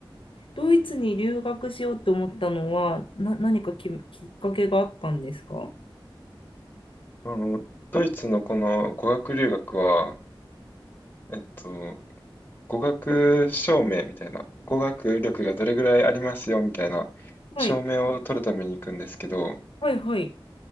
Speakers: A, on the left; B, on the left.
A: ドイツに留学しようと思ったのは、な、何かき、きっかけがあったんですかは
B: あの、ドイツのこの語学留学は、えっと、語学証明みたいな、語学力がどれぐらいありますよみたいな証明を取るために行くんですけど、
A: い、はい、はい、